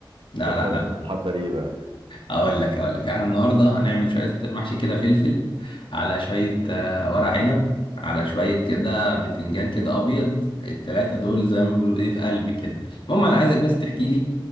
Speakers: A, on the left (about 75°); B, on the right (about 80°).
A: لا
B: يا ترى
A: لا لا
B: انت بتحضر ايه بقى؟
A: اقول لك اقول لك يعني النهارده هنعمل شويه محشي كده فلفل على شويه آه، ورق عنب على شويه كده بتنجان كده ابيض التلاته دول زي ما بيقولوا ايه في قلبي كده المهم انا عايزك بس تحكي لي